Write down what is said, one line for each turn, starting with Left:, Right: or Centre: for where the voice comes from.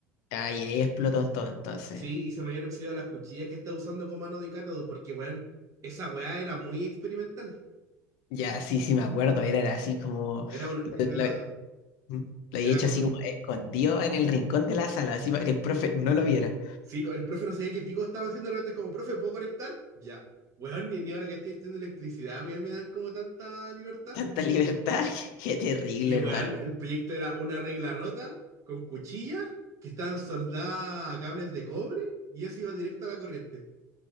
Left: Ahí, ahí explotó en todo entonces.
Right: Sí, y se me habían oxidado las cuchillas que estaba usando como mano de cátodo, porque, weón, esa weá era muy experimental.
Left: Ya, sí, sí, me acuerdo, era, era así como...
Right: Era una,
Left: Lo,
Right: era,
Left: lo- ¿Mm? lo he
Right: era
Left: hecho
Right: como,
Left: así como escondido en el rincón de la sala, así para que el profe no lo viera.
Right: Sí, el profe no sabía qué pico estaba haciendo, de repente es como, profe, ¿puedo conectar? Ya. Weón, ni, ni ahora que estoy estudiando electricidad me, me dan como tanta libertad.
Left: Tanta libertad, <laughs> qué terrible,
Right: Y weón,
Left: hermano.
Right: el proyecto era una regla rota con cuchillas que estaban soldadas a cables de cobre y eso iba directo a la corriente.